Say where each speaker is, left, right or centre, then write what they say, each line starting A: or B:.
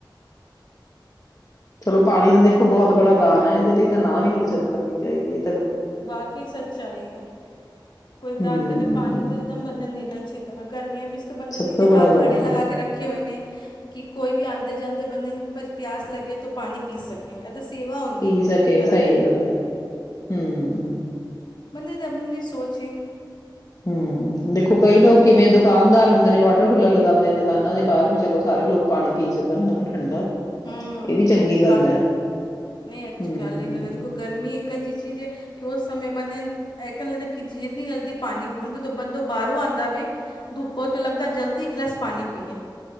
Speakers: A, on the left (about 45°); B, on the left (about 70°).
A: ਚਲੋ ਪਾਣੀ ਦਾ ਦੇਖੋ ਬਹੁਤ ਬੜਾ ਦਾਨ ਹੈ ਇਹਦੇ ਲਈ ਤਾਂ ਨਾ ਵੀ ਨੀ ਕਿਸੇ ਨੂੰ ਕਰਨੀ ਚਾਹੀਦੀ ਹੈ
B: ਵਾਕਈ ਸੱਚਾਏ ਹੈ ਕੋਈ ਦਾਨ
A: ਹਮ
B: ਕਦੇ ਪਾਣੀ ਤਾਂ ਇਕਦਮ ਬੰਦਨ ਦੇਣਾ ਇੱਛੇਾਂ ਗਰਮੀਆਂ ਵਿੱਚ ਤਾਂ ਬੰਦੇ
A: ਸਭ
B: ਦੇਦੇ
A: ਤੋਂ ਬੜਾ
B: ਬਾਹਰ
A: ਦਾਨ
B: ਗੜੇ ਲਗਾ
A: ਹੈ ਤਾਂ
B: ਕੇ ਰੱਖੇ ਹੋਏ ਨੇ ਕਿ ਕੋਈ ਵੀ ਆਉਂਦੇ ਜਾਂਦੇ ਬੰਦੇ ਨੂੰ ਪਿਆਸ ਲੱਗੇ ਤਾਂ ਪਾਣੀ ਪੀ ਸਕੇ ਤਾਂ ਸੇਵਾ ਹੁੰਦੀ
A: ਪੀ
B: ਇੱਕ
A: ਸਕੇ
B: ਤਰ੍ਹਾਂ
A: ਸਹੀ
B: ਦੀ
A: ਗੱਲ ਹੈ ਹਮ
B: ਉਹਦੇ ਤਾਂ ਆਪਣੀ ਆਪਣੀ ਸੋਚ ਹੈ
A: ਹਮ ਦੇਖੋ ਕਈ ਲੋਕ ਕਿਵੇਂ ਦੁਕਾਨਦਾਰ ਹੁੰ ਨੇ ਵਾਟਰ ਕੂਲਰ ਲਗਾਉਦੇ ਨੇ ਦੁਕਾਨਾਂ ਦੇ ਬਾਹਰ ਵੀ ਚਲੋ ਸਾਰੇ ਲੋਕ ਪਾਣੀ ਪੀ ਸਕਣ ਹਨਾ ਠੰਡਾ
B: ਹਮ
A: ਇਹ ਵੀ ਚੰਗੀ ਗੱਲ
B: ਬਾਕੀ
A: ਹੈ
B: ਨਹੀਂ ਅੱਛੀ
A: ਹਮ
B: ਗੱਲ ਹੈ ਦੇਖੋ ਗਰਮੀ ਇੱਕੰ ਜਹੀ ਚੀਜ਼ ਹੈ ਕਿ ਉਸ ਸਮੇਂ ਬੰਦੇਿਆਂ ਨੂੰ ਇਹ ਕਹਿਣ ਲੱਗਦਾ ਕਿ ਜਤਨੀ ਜਲਦੀ ਪਾਣੀ ਪੀਓ ਹੁਣ ਕਿਦੋਂ ਬੰਦੋਂ ਬਾਹਰੋਂ ਆਉਂਦਾਵੇ ਧੁਪੋ ਤਾਂ ਲੱਗਦਾ ਜਲਦੀ ਇੱਕ ਗਲਾਸ ਪਾਣੀ ਪੀਏ